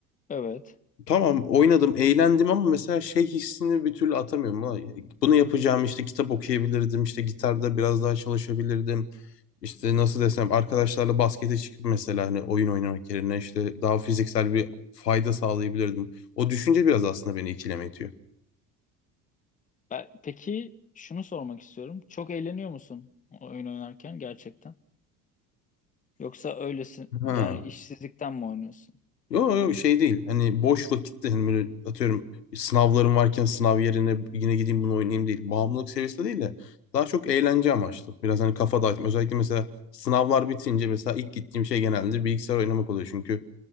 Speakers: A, on the left; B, on the left.
A: Evet.
B: Tamam oynadım, eğlendim ama mesela şey hissini bir türlü atamıyorum. Ulan e, Bunu yapacağım işte kitap okuyabilirdim, işte gitarda biraz daha çalışabilirdim. İşte nasıl desem arkadaşlarla baskete çıkıp mesela hani oyun oynamak yerine işte daha fiziksel bir fayda sağlayabilirdim. O düşünce biraz aslında beni ikileme itiyor.
A: Ben, peki şunu sormak istiyorum. Çok eğleniyor musun o oyun oynarken gerçekten? Yoksa öylesin
B: Ha.
A: yani işsizlikten mi oynuyorsun?
B: Yok yok şey değil. Hani boş vakitte hani böyle atıyorum sınavlarım varken sınav yerine yine gideyim bunu oynayayım değil. Bağımlılık seviyesinde değil de daha çok eğlence amaçlı. Biraz hani kafa dağıtma. Özellikle mesela sınavlar bitince mesela ilk gittiğim şey genelde bilgisayar oynamak oluyor. Çünkü